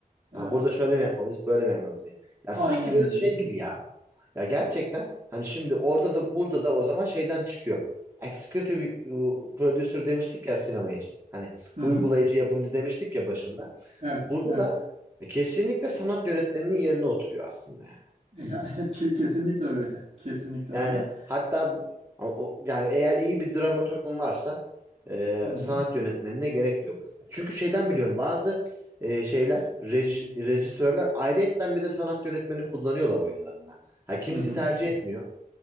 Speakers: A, on the right; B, on the right.
A: E,
B: Ha burada şöyle mi yapmalıyız, böyle mi yapmalıyız diye. Ya
A: aynen
B: sanki biraz
A: öyle.
B: şey gibi ya. Ya gerçekten hani şimdi orada da burada da o zaman şeyden çıkıyor. Executive e, producer demiştik ya sinema için. Hani
A: Hı
B: uygulayıcı
A: hı.
B: yapımcı demiştik ya başında.
A: Evet,
B: Burada
A: evet.
B: da e, kesinlikle sanat yönetmeninin yerine oturuyor aslında yani.
A: Ya, <laughs> ke- kesinlikle öyle. Kesinlikle
B: Yani
A: öyle.
B: hatta o- yani eğer iyi bir dramaturgun varsa e,
A: Hı hı.
B: sanat yönetmenine gerek yok. Çünkü şeyden biliyorum bazı e, şeyler reji, rejisörler ayrıyetten bir de sanat yönetmeni kullanıyorlar oyunlarında. Ha kimisi
A: Hı hı.
B: tercih etmiyor